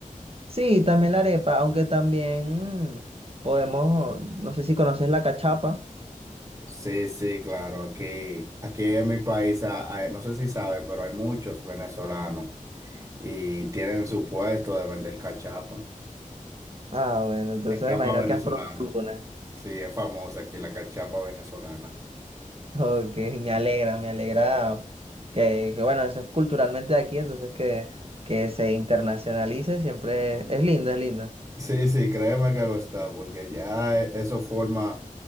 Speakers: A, on the right; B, on the right.
A: sí, también la arepa, aunque también mm, podemos, no sé si conoces la cachapa.
B: Sí, sí, claro. Aquí, aquí en mi país, ha- hay- no sé si sabe, pero hay muchos venezolanos y tienen su puesto de vender cachapa.
A: Ah, bueno, entonces
B: Cachapa
A: me imagino
B: venezolana.
A: que has probado alguna.
B: Sí, es famosa aquí la cachapa venezolana.
A: Ok, me alegra, me alegra que, que, bueno, eso es culturalmente de aquí, entonces que, que se internacionalice siempre es lindo, es lindo.
B: Sí, sí, créeme que lo está, porque ya e- eso forma